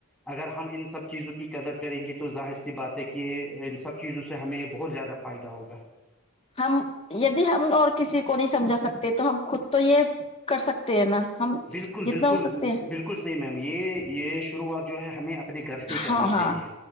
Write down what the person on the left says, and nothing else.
ہم یدی ہم اور کسی کو نہیں سمجھا سکتے تو ہم خود تو یہ کر سکتے ہیں نا ہم
جتنا
ہو سکتے ہیں
ہاں ہاں